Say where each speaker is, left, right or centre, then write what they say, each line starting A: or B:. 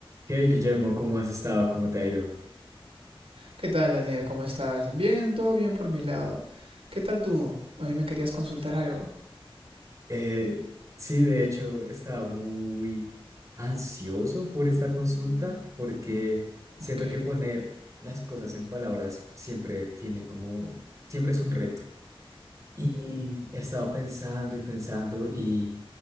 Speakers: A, on the right; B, on the right.
A: Hey Guillermo, ¿cómo has estado? ¿Cómo te ha ido?
B: ¿Qué tal, Daniel? ¿Cómo estás? Bien, todo bien por mi lado. ¿Qué tal tú? Hoy me querías consultar algo.
A: Eh, sí, de hecho, estaba muy ansioso por esta consulta porque siento
B: Ok.
A: que poner las cosas en palabras siempre tiene como, siempre es un reto. Y he estado pensando y pensando y